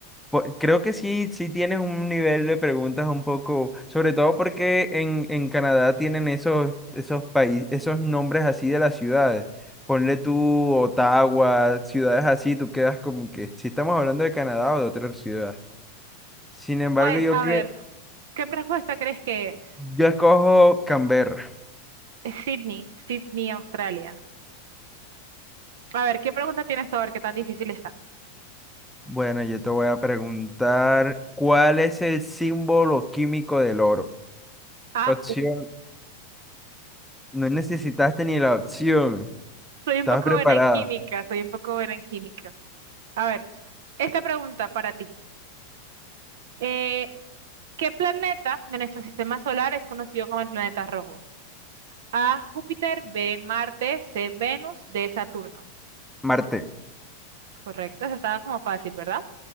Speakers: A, in the centre; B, on the right.
A: Po- Creo que sí, sí tienes un nivel de preguntas un poco, sobre todo porque en, en Canadá tienen esos, esos países, esos nombres así de las ciudades. Ponle tú Ottawa, ciudades así, tú quedas como que si estamos hablando de Canadá o de otra ciudad. Sin embargo,
B: Pues,
A: yo
B: a
A: creo,
B: ver, ¿qué respuesta crees que es?
A: yo escojo Canberra.
B: Es Sydney, Sydney, Australia. A ver, ¿qué pregunta tienes tú? A ver, qué tan difícil están.
A: Bueno, yo te voy a preguntar, ¿cuál es el símbolo químico del oro?
B: A,
A: Opción, no necesitaste ni la opción.
B: Soy
A: ¿Estás
B: un poco
A: preparada?
B: buena en química, soy un poco buena en química. A ver, esta pregunta para ti. Eh, ¿qué planeta de nuestro sistema solar es conocido como el planeta rojo? A, Júpiter, B, Marte, C, Venus, D, Saturno.
A: Marte.
B: Correcto, eso estaba como fácil, ¿verdad?